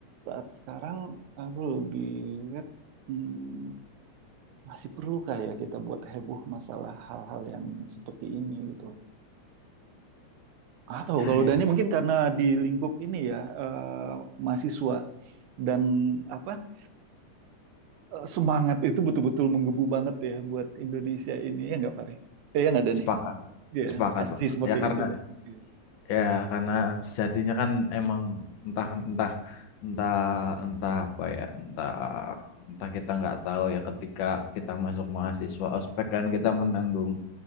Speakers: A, on the right; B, on the left.
A: saat sekarang aku lebih lihat hmm, masih perlukah ya kita buat heboh masalah hal-hal yang seperti ini gitu? Atau
B: Ah,
A: kalau
B: ya
A: Dani mungkin karena di lingkup ini ya eh, mahasiswa dan apa eh, semangat itu betul-betul menggebu banget ya buat Indonesia ini ya nggak Fari? Eh ya nggak Dani?
B: Sepakat,
A: Iya
B: sepakat
A: pasti
B: bang.
A: seperti
B: Ya karena
A: itu Dani. Iya.
B: ya karena sejatinya kan emang entah entah entah entah apa ya entah entah kita nggak tahu ya ketika kita masuk mahasiswa ospek kan kita menanggung